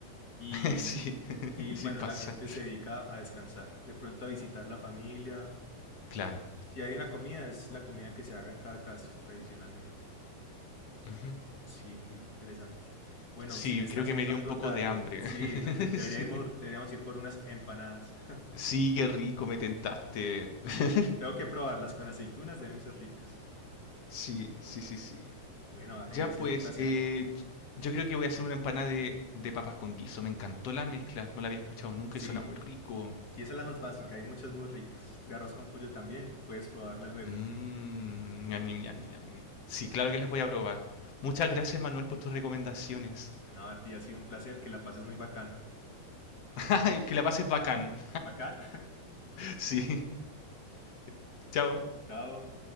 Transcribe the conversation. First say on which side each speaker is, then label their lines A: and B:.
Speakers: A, on the left; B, on the left.
A: y,
B: <laughs> sí, <laughs>
A: y
B: sí
A: bueno,
B: pasa,
A: la gente se dedica a descansar, de pronto a visitar la familia.
B: claro.
A: Si hay una comida, es la comida que se haga en cada casa tradicionalmente.
B: Ujú.
A: Sí, qué, qué interesante. Bueno,
B: Sí,
A: se me está
B: creo
A: haciendo
B: que me dio
A: algo
B: un poco
A: tarde.
B: de hambre.
A: Sí,
B: <laughs>
A: <laughs> deberíamos,
B: Sí.
A: deberíamos ir por unas empanadas.
B: Sí, qué rico, me tentaste. <laughs>
A: Sí, tengo que probarlas con aceitunas, deben ser ricas.
B: Sí, sí, sí, sí.
A: Bueno,
B: Ya
A: ahí ha sido
B: pues,
A: un placer.
B: eh, yo creo que voy a hacer una empanada de, de papas con guiso. Me encantó la mezcla, no la había escuchado nunca
A: Sí,
B: y suena muy rico.
A: y esa es la más básica, hay muchas muy ricas. De arroz con pollo también, puedes probarla luego.
B: Mmm, ñam, ñam, ñam, ñam, ñam. Sí, claro que las voy a probar. Muchas gracias, Manuel, por tus recomendaciones.
A: No, a ti ha sido un placer, que la pases muy bacano.
B: <laughs> Que la pases bacán.
A: Bacán,
B: Sí, <laughs> chao.
A: <laughs> chao.